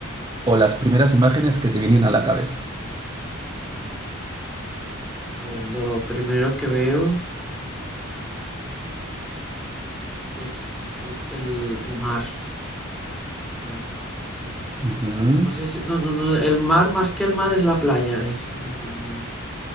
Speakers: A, on the right (about 20°); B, in the centre.
A: o las primeras imágenes que te vienen a la cabeza.
B: a ver, lo primero que veo es, es, es el, el mar. Una, un-
A: Uh -huh,
B: no sé si- no, no, no, el mar más que el mar es la playa, es un,